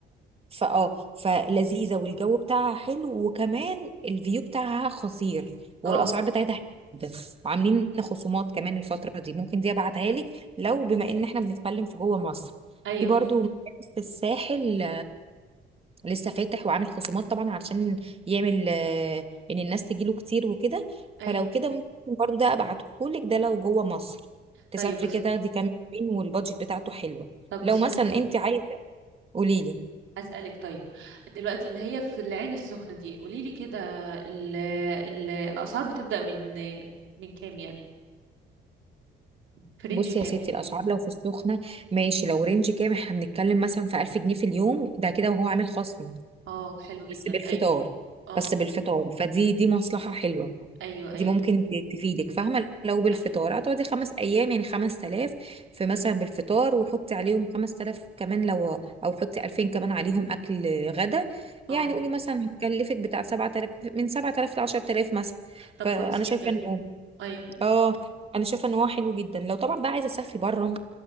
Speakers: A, on the right; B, on the right.
A: فاه فلذيذه والجو بتاعها حلو وكمان الفيو بتاعها خطير والاسعار
B: اه
A: بتاعتها حلوة جدا وعاملين خصومات كمان الفتره دي ممكن دي ابعتها لك لو بما ان احنا بنتكلم في جوه مصر
B: ايوه
A: في برضو مكان في الساحل لسه فاتح وعامل خصومات طبعا علشان يعمل آه، ان الناس تجيله كتير وكده
B: ايوه
A: فلو كده ممكن برضو ده ابعتهولك ده لو جوه مصر تسافري
B: طيب بص
A: كده تاخدي كام يومين والبادجت بتاعته حلوه
B: طب بص
A: لو مثلا
B: هس...
A: انت عايزه قوليلي
B: أسألك طيب دلوقتي اللي هي في العين السخنة دي قولي لي كده ال ال الأسعار بتبدأ من من كام يعني في رينج
A: بصي
B: كام
A: يا ستي الاسعار لو في السخنه ماشي لو رينج كام احنا بنتكلم مثلا في 1000 جنيه في اليوم ده كده وهو عامل خصم
B: اه حلو جدا
A: بس بالفطار
B: ايوه اه
A: بس بالفطار فدي دي مصلحة حلوة
B: ايوه ايوه
A: دي ممكن ت- تفيدك فاهمة لو بالفطار
B: ايوه
A: هتقعدي خمس أيام يعني خمس تلاف في مثلا بالفطار وحطي عليهم خمس تلاف كمان لو أو حطي ألفين كمان عليهم أكل غدا
B: اه
A: يعني قولي مثلا هتكلفك بتاع سبعة تلاف من سبعة تلاف لعشر تلاف مثلا
B: طب
A: فأنا
B: كويس جدا
A: شايفة إنه
B: ايوه
A: آه أنا شايفة إن هو حلو جدا لو طبعا بقى عايزة تسافري بره